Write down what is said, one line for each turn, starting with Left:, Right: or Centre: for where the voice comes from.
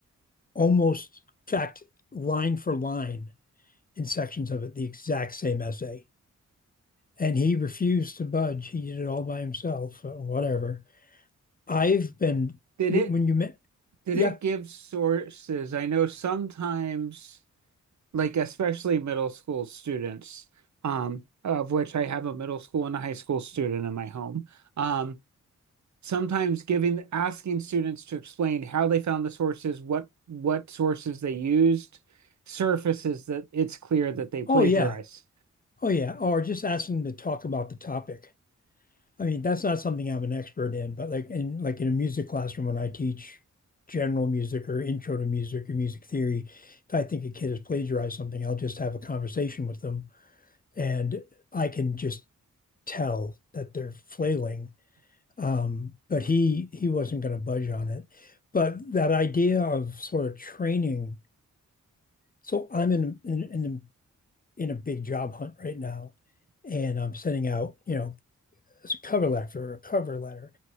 Left: almost, in fact, line for line in sections of it the exact same essay. And he refused to budge. He did it all by himself, or whatever. I've been,
Right: it
Left: when you met,
Right: did
Left: yeah,
Right: it give sources? I know sometimes, like especially middle school students, um, of which I have a middle school and a high school student in my home. Um, sometimes giving asking students to explain how they found the sources, what what sources they used, surfaces that it's clear that they plagiarize.
Left: oh, yeah, oh, yeah, or just asking him to talk about the topic. I mean, that's not something I'm an expert in, but like in like in a music classroom when I teach general music or intro to music or music theory, if I think a kid has plagiarized something, I'll just have a conversation with them and I can just tell that they're flailing Um, but he he wasn't going to budge on it. But that idea of sort of training. So I'm in in in, in a big job hunt right now, and I'm sending out, you know, a cover letter or a cover letter.